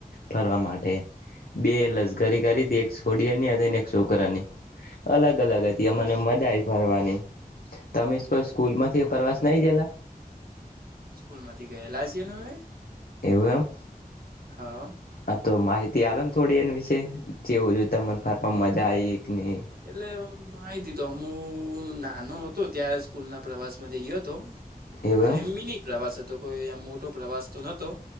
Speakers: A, on the left; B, on the right.
A: ફરવા માટે. બે લઝ્કરી કરી તી, એક <unintelligible> હતી ને એક છોકરાની અલગ અલગ હતી અમને મજા આવી ફરવાની. તમે કોઈ સ્કૂલ માંથી પ્રવાસ નહી ગયેલા
B: સ્કૂલ માંથી ગયેલા છે તમે
A: એવું એમ
B: હા.
A: હા તો માહિતી આ ને થોડી એના વિશે જેવું જોતા મને ફર મજા આઈ કે નહીં
B: એટલે માહિતી તો હુ નાનો હતો ત્યાં સ્કૂલ ના પ્રવાસમાં માંથી ગયો હતો.
A: એવું એમ
B: એ મીની પ્રવાસ હતો કોઈ આમ મોટો પ્રવાસ તો નતો